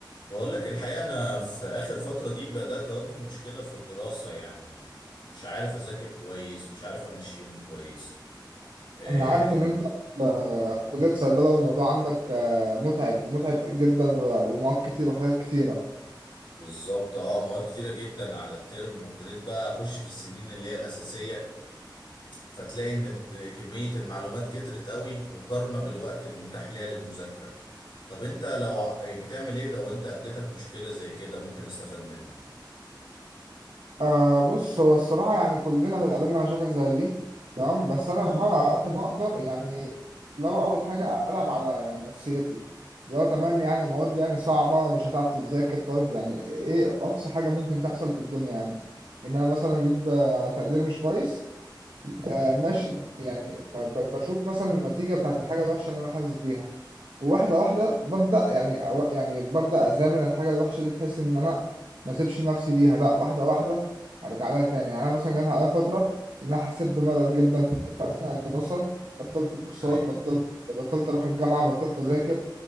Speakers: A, on the left; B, on the right.
A: بقول لك الحقيقة أنا في آخر فترة دي بدأت أواجه مشكلة في الدراسة يعني مش عارف أذاكر كويس مش عارف أمشي يومي كويس آه
B: انا عارف
A: إن-
B: ان انت في كلية صيدلة والموضوع عندك آه، متعب متعب جدا و- ومواد كتير وحاجات كتيرة
A: بالظبط أه مواد كتيرة جدا على الترم وابتديت بقى أخش في السنين اللي هي الأساسية فتلاقي إن الت- كمية المعلومات كترت قوي مقارنة بالوقت المتاح ليها للمذاكرة طب أنت لو ع- بتعمل إيه لو أنت قابلتك مشكلة زي كده ممكن أستفاد منك
B: آه بص هو الصراحة يعني كلنا بنقابلنا مشاكل زي دي تمام بس أنا بحاول على قد ما أقدر يعني لو أول حاجة ألعب على يعني نفسيتي لو تمام يعني المواد يعني صعبة مش هتعرف تذاكر طيب يعني إيه أقصى حاجة ممكن تحصل في الدنيا يعني إن أنا مثلا أجيب آه، تقدير مش كويس آه ماشي يعني ب- ب- بشوف مثلا النتيجة بتاعت الحاجة الوحشة اللي أنا حاسس بيها وواحدة واحدة ببدأ يعني أو- يعني ببدأ أزامن الحاجة الوحشة دي بحيث إن أنا ما أسيبش نفسي ليها لأ واحدة واحدة أرجع لها تاني يعني أنا مثلا جات عليا فترة إن أنا حسيت بملل جدا في الت- في أثناء الدراسة بطلت كورسات
A: أيوة
B: بطلت بطلت أروح الجامعة بطلت أذاكر